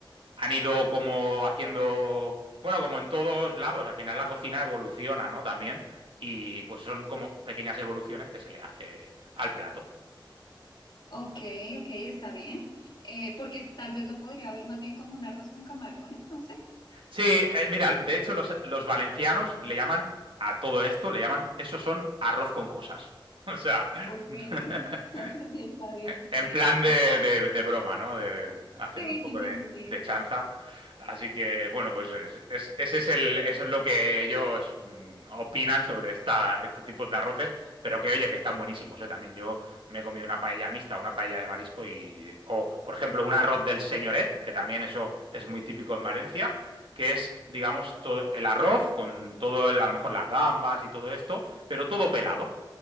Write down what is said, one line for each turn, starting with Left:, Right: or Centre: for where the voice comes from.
Right: han ido como haciendo, bueno, como en todos lados, al final la cocina evoluciona, ¿no? También. Y pues son como pequeñas evoluciones que se le hace al plato.
Left: Ok, ok, está bien, Eh, porque tal vez lo podría ver más bien como un arroz con camarones, no sé.
Right: Sí, eh, mira, de hecho los, los valencianos le llaman a todo esto, le llaman, eso son arroz con cosas. <laughs> O sea, <laughs>
Left: Ok, <laughs> está bien, está
Right: En
Left: bien.
Right: plan de, de- de broma, ¿no? De- haciendo
Left: Sí,
Right: un poco
Left: sí, sí,
Right: de,
Left: sí, sí.
Right: de chanza. Así que, bueno, pues es- es- ese es el, eso es lo que ellos mm, opinan sobre esta, estos tipos de arroces, pero que, oye, que están buenísimos, ¿eh? También yo me he comido una paella mixta, una paella de marisco y, o, por ejemplo, un arroz del señoret, que también eso es muy típico en Valencia, que es, digamos, to- el arroz con todo, el, a lo mejor las gambas y todo esto, pero todo pelado,